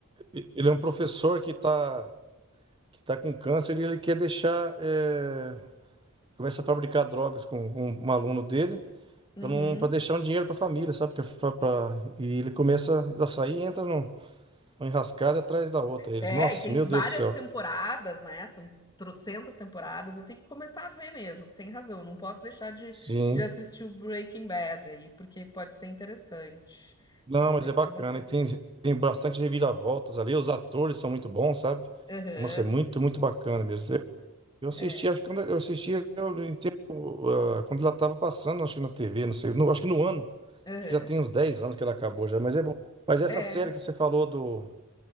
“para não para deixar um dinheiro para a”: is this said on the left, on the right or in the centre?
Right